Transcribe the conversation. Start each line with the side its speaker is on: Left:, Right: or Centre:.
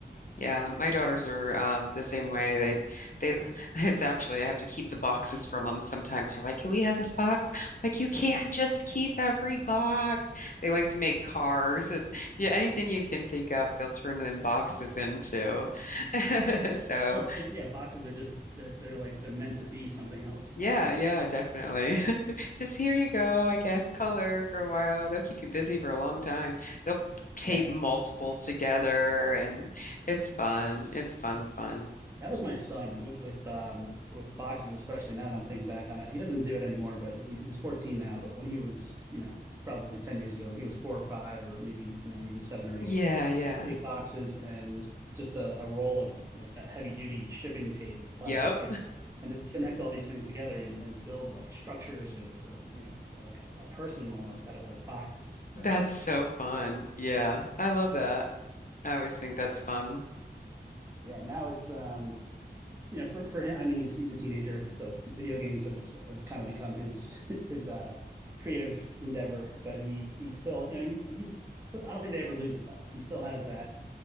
Left: Yeah, my daughters are um, the same way. They, they, <laughs> it's actually, I have to keep the boxes from them sometimes. They're like, can we have this box? Like, you can't just keep every box. They like to make cars and yeah, anything you can think of, they'll turn them boxes into. <laughs> So,
Right: Oh, like, yeah, boxes are just they're they're like they're meant to be something else.
Left: yeah,
Right: So
Left: yeah, definitely. <laughs> Just here you go, I guess, color for a while. They'll keep you busy for a long time. They'll tape
Right: yeah.
Left: multiples together and it's fun. It's fun, fun.
Right: That was my son wi- with um with boxes, especially now that I'm thinking back on it. He doesn't do it anymore, but he, he's 14 now. But when he was, you know, probably 10 years ago, and he was four or five, or maybe you know even seven or eight,
Left: Yeah, yeah.
Right: big boxes and just a, a roll of like that heavy duty shipping tape, the plastic
Left: Yep.
Right: tape, and just connect all these things together and, and build like structures or, or you know like a, a person almost out of like boxes. So
Left: That's so fun. Yeah. I love that. I always think that's
Right: uh,
Left: fun.
Right: yeah, now it's um you know, for for him, I mean, he's he's a teenager, so video games have have kind of become his <laughs> his uh creative endeavor. But he he still, you know, he's he's still. I don't think they ever lose it though. He still has that